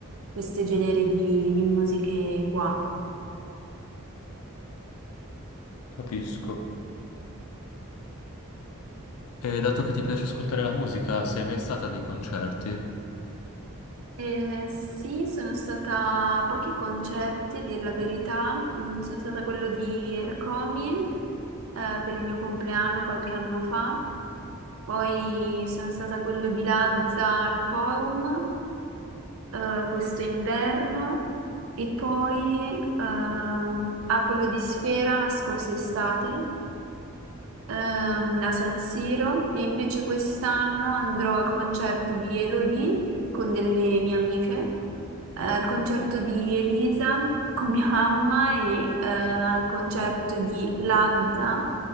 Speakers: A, on the right; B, on the left.
A: questi generi di, di musiche qua.
B: Capisco. E dato che ti piace ascoltare la musica, sei mai stata a dei concerti?
A: Eh, sì, sono stata a pochi concerti, a dire la verità. Mm, Sono stata a quello di Ercomi, eh, per il mio compleanno qualche anno fa. Poi sono stata a quello di Lazza al Forum, eh, questo inverno. E poi, eh, a quello di Sfera la scorsa estate ehm, a San Siro e invece quest'anno andrò al concerto di Elodie con delle mie amiche, eh, al concerto di Elisa con mia mamma e eh, al concerto di Lazza,